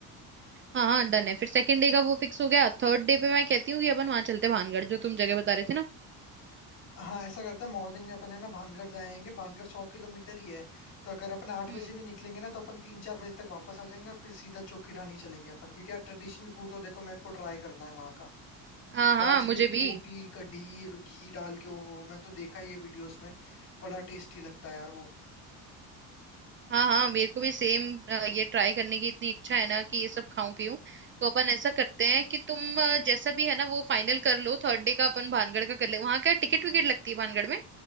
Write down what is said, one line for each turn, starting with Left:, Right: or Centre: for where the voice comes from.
Right: हाँ हाँ डन है फिर सेकंड डे का वो फिक्स हो गया थर्ड डे पे मैं कहती हूँ कि अपन वहां चलते हैं भानगढ़ जो तुम जगह बता रहे थे ना
Left: हाँ ऐसा करते हैं मॉर्निंग में अपन है ना भानगढ़ जाएंगे भानगढ़ सौ किलोमीटर ही है तो अगर अपन आठ
Right: हम्म
Left: बजे भी निकलेंगे ना तो अपन तीन चार बजे तक वापस आ जाएंगे और फिर सीधा चोखी ढाणी चलेंगे अपन क्योंकि यार ट्रेडिशनल फूड तो देखो मेरे को ट्राई करना है वहाँ का
Right: हाँ हाँ
Left: बाजरे
Right: मुझे
Left: की
Right: भी
Left: रोटी कढ़ी और घी डाल के हो मैंने तो देखा है ये वीडियोस में बड़ा टेस्टी लगता है यार वो
Right: हाँ हाँ मेरे को भी सेम ये ट्राई करने की इतनी इच्छा है ना कि ये सब खाऊं पीऊं तो अपन ऐसा करते हैं कि तुम अ, जैसा भी है ना वो फाइनल कर लो थर्ड डे का अपन भानगढ़ का कर ले वहां क्या टिकट विकेट लगती है भानगढ़ में